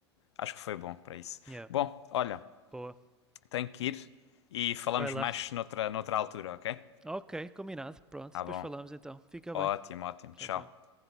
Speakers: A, on the left; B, in the centre.
A: acho que foi bom para isso.
B: Yeah,
A: Bom, olha,
B: boa.
A: tenho que ir e falamos
B: Vai lá.
A: mais noutra, noutra altura, ok?
B: Ok, combinado. Pronto,
A: Tá
B: depois
A: bom.
B: falamos então. Fica
A: Ótimo,
B: bem.
A: ótimo.
B: Tchau,
A: Tchau.
B: tchau.